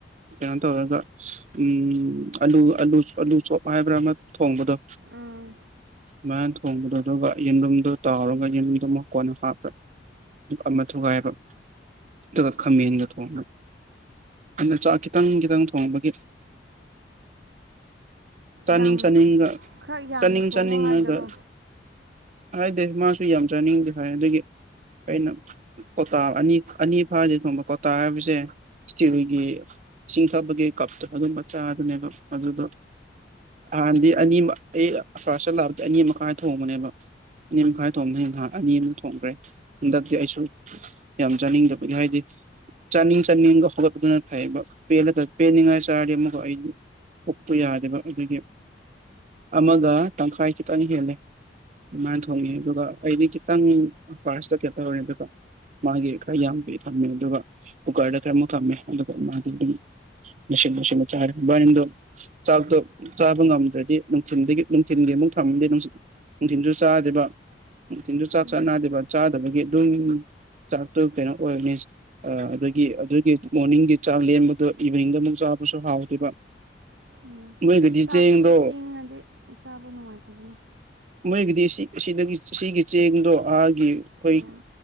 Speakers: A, on the right; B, on the right.
A: ꯀꯩꯅꯣ ꯇꯧꯔꯒ ꯎꯝ ꯑꯂꯨ ꯑꯂꯨ ꯑꯂꯨ ꯆꯣꯞ ꯍꯥꯏꯕ꯭ꯔꯥ ꯑꯃ ꯊꯣꯡꯕꯗꯣ
B: ꯎꯝ
A: ꯃꯌꯥꯝ ꯊꯣꯡꯕꯗꯣ ꯑꯗꯨꯒ ꯌꯦꯟꯂꯨꯝꯗꯨ ꯇꯥꯎꯔꯒ ꯌꯦꯟꯂꯨꯝꯗꯨ ꯑꯃꯨꯛ ꯀꯣꯟꯅ ꯍꯥꯞꯄ ꯑꯃ ꯊꯨꯒꯥꯏꯕ ꯑꯗꯨꯒ ꯈꯥꯃꯦꯟꯒ ꯊꯣꯡꯕ ꯑꯗ ꯆꯥꯛ ꯈꯤꯇꯪ ꯈꯤꯇꯪ ꯊꯣꯡꯕꯒꯤ ꯆꯥꯅꯤꯡ
B: ꯌꯥꯝ
A: ꯆꯥꯅꯤꯡꯒ
B: ꯈꯔ ꯌꯥꯝꯅ
A: ꯆꯥꯅꯤꯡ
B: ꯊꯣꯡꯉꯣ
A: ꯆꯥꯅꯤꯡꯉꯒ
B: ꯍꯥꯏꯗꯔꯣ
A: ꯍꯥꯏꯗꯦ ꯃꯥꯁꯨ ꯌꯥꯝ ꯆꯥꯅꯤꯡꯗꯦ ꯍꯥꯏ ꯑꯗꯨꯒꯤ ꯑꯩꯅ ꯀꯣꯇꯥ ꯑꯅꯤ ꯑꯅꯤ ꯐꯥꯗꯤ ꯊꯣꯡꯕ ꯀꯣꯇꯥ ꯍꯥꯏꯕꯁꯦ ꯏꯁꯇꯤꯔꯒꯤ ꯆꯁꯤꯡꯊꯕꯒꯤ ꯀꯞ ꯑꯗꯨ ꯃꯆꯥꯥꯗꯅꯦꯕꯣ ꯑꯗꯨꯗꯣ ꯍꯟꯗꯤ ꯑꯅꯤꯃꯛ ꯑꯩ ꯐꯔꯁꯇꯥ ꯂꯛꯄꯗꯣ ꯑꯅꯤꯃꯥꯈꯥꯏ ꯊꯣꯡꯕꯅꯦꯕ ꯑꯅꯤ ꯃꯈꯥꯏ ꯊꯣꯡꯕꯗꯅ ꯅꯍꯥꯛ ꯑꯅꯤꯃꯨꯛ ꯊꯣꯡꯈ꯭ꯔꯦ ꯍꯟꯗꯛꯇꯤ ꯑꯩꯁꯨ ꯌꯥꯝ ꯆꯥꯅꯤꯡꯗꯕꯒꯤ ꯍꯥꯏꯗꯤ ꯆꯥꯅꯤꯡ ꯆꯥꯅꯤꯡꯒ ꯍꯧꯒꯠꯄꯗꯨꯅ ꯐꯩꯕ ꯄꯦꯜꯂ ꯄꯦꯟꯅꯤꯡꯉꯥꯏ ꯆꯥꯔꯗꯤ ꯑꯃꯛ ꯑꯩꯗꯤ ꯐꯨꯛꯄ ꯌꯥꯗꯦꯕ ꯑꯗꯒꯤ ꯑꯃꯒ ꯇꯪꯈꯥꯏ ꯈꯤꯇꯅ ꯍꯦꯜꯂꯦ ꯑꯗꯨꯃꯥꯏꯅ ꯊꯣꯡꯉꯦ ꯑꯗꯨꯒ ꯑꯩꯗꯤ ꯈꯤꯇꯪ ꯐꯥꯔꯁꯇ ꯀꯦ ꯇꯧꯔꯦ ꯑꯗꯨꯒ ꯃꯥꯒꯤ ꯈꯔ ꯌꯥꯝꯗ ꯊꯝꯃꯦ ꯑꯗꯨꯒ ꯀꯨꯀꯔꯗ ꯈꯔꯃꯨꯛ ꯊꯝꯃꯦ ꯑꯗꯨꯒ ꯃꯥꯗꯤ ꯑꯗꯨꯝ ꯅꯁꯤ ꯅꯁꯤ ꯆꯔꯅꯤꯣ <unintelligible> ꯆꯥꯛꯇꯣ ꯆꯥꯕ ꯉꯝꯗ꯭ꯔꯗꯤ ꯅꯨꯡꯊꯤꯟꯗꯒꯤ ꯅꯨꯡꯊꯤꯟꯜꯒꯤ ꯑꯃꯨꯛ ꯊꯝꯃꯗꯦ ꯅꯨꯡꯊꯤꯟꯁꯨ ꯆꯥꯗꯦꯕ ꯅꯨꯡꯊꯤꯟꯁꯨ ꯆꯥꯛ
B: ꯎꯝ
A: ꯆꯥ ꯅꯥꯗꯦꯕ ꯆꯥꯗꯕꯒꯤ ꯑꯗꯨꯝ ꯆꯥꯛꯇꯨ ꯀꯩꯅꯣ ꯑꯣꯏꯅꯤ ꯑ ꯑꯗꯨꯒꯤ ꯑꯗꯨꯒꯤ ꯃꯣꯔꯅꯤꯡꯒꯤ ꯆꯥꯛ ꯂꯦꯝꯕꯗꯣ ꯏꯚꯤꯅꯤꯡꯗ ꯑꯃꯨꯛ ꯆꯥꯕꯁꯨ ꯍꯥꯎꯗꯦꯕ
B: ꯎꯝ
A: ꯅꯣꯏꯒꯤꯗꯤ
B: ꯆꯥꯛꯇꯣ
A: ꯆꯦꯡꯗꯣ
B: ꯏꯪꯉꯗꯤ ꯆꯥꯕ ꯅꯨꯡꯉꯥꯏꯇꯕꯅꯦ
A: ꯃꯣꯏꯒꯤꯗꯤ ꯁꯤꯗꯒꯤ ꯁꯤꯒꯤ ꯆꯦꯡꯗꯣ ꯑꯥꯒꯤ ꯑꯩꯈꯣꯏ
B: ꯎꯝ